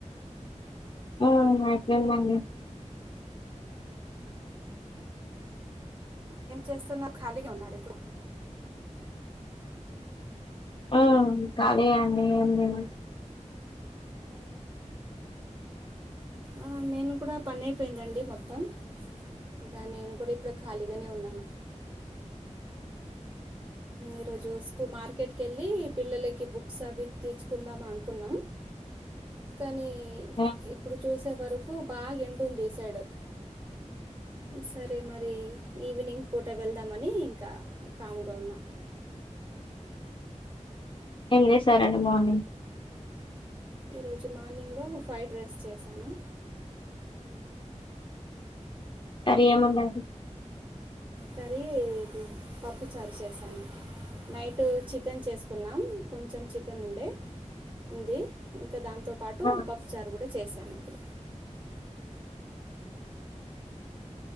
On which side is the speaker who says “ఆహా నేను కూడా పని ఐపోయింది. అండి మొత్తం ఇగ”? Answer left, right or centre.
Right